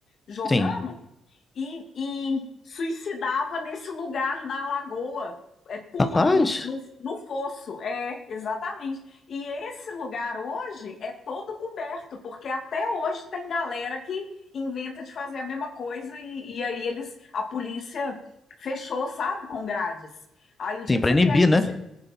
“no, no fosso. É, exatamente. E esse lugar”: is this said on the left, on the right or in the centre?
Left